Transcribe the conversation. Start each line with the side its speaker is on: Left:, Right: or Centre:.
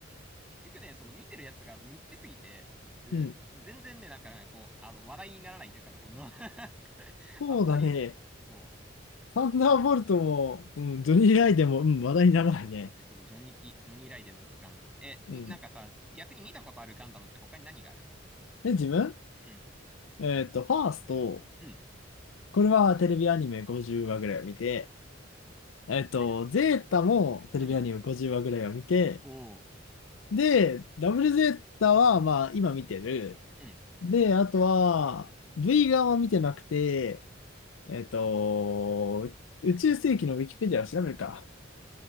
Centre: 結局ね、その見てるやつがニッチすぎて、えー全然ね、
Left: うん。
Centre: なんかね、こう、あの、話題にならないというか、とこの <laughs>、
Left: そうだね。
Centre: あんまり、そう、
Left: サンダーボルトも、うん、ジョニー・ライデンも、うん、話題にならないね。
Centre: えそう、ジョニーキ、ジョニー・ライデンの帰還。え、んなんかさ、
Left: うん
Centre: 逆に見たことあるガンダムって他に何があるの
Left: で、自分、
Centre: うん、
Left: えっと、ファースト、
Centre: うん、
Left: これはテレビアニメ50話ぐらいを見て、えっと、
Centre: ね
Left: ゼータもテレビアニメ50話ぐらいを見て、
Centre: うん、おー、
Left: で、ダブルゼータは、まあ、今見てる。
Centre: うん。
Left: で、あとは、V 側は見てなくて、えっと、宇宙世紀のウィキペディアを調べるか。